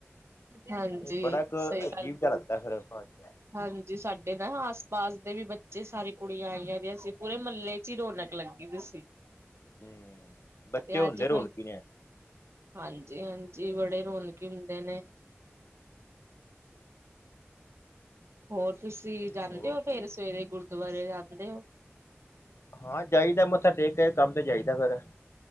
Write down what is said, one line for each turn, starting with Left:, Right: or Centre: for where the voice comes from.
Right: ਹਾਂਜੀ
Left: ਏ ਬੜਾ ਕ
Right: ਸਹੀ
Left: ਅਜੀਬ
Right: ਗੱਲ
Left: ਜਾ ਲੱਗਦਾ ਫੇਰ ਬਾਦ ਚੋ।
Right: ਹਾਂਜੀ, ਸਾਡੇ ਨਾ ਆਸ-ਪਾਸ ਦੇ ਵੀ ਬੱਚੇ ਸਾਰੀ ਕੁੜੀਆਂ ਆਈਆਂ ਦੀਆਂ ਸੀ, ਪੂਰੇ ਮਲੇ ਫਿਰ ਰੌਣਕ ਲੱਗੀ ਦੀ ਸੀ।
Left: ਹੂੰ, ਬੱਚੇ
Right: ਤੇ
Left: ਹੁੰਦੇ
Right: ਅੱਜ
Left: ਰੋਣਕੀ
Right: ਮਲ
Left: ਨੇ।
Right: ਹਾਂਜੀ-ਹਾਂਜੀ, ਬੜੇ ਰੌਣਕੀ ਹੁੰਦੇ ਨੇ। ਹੋਰ ਤੁਸੀ ਜਾਂਦੇ
Left: ਹੋਰ
Right: ਔ, ਫ਼ੇਰ ਸਵੇਰੇ ਗੁਰਦੁਆਰੇ ਜਾਂਦੇ ਔ।
Left: ਹਾਂ ਜਾਈਦਾ, ਮੱਥਾ ਟੇਕ ਕੇ ਕੰਮ ਤੇ ਜਾਈਦਾ ਫਿਰ।